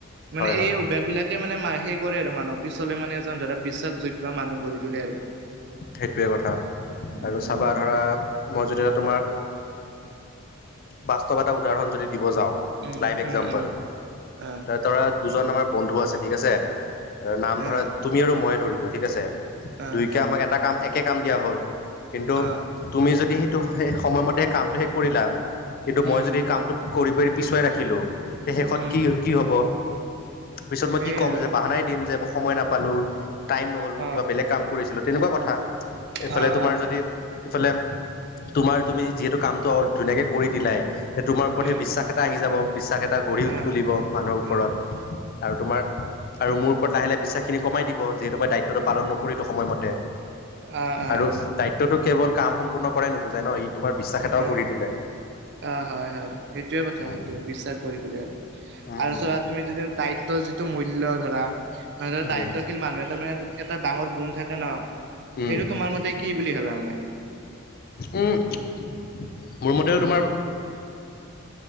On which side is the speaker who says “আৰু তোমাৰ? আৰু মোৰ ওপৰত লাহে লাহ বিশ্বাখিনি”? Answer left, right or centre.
Left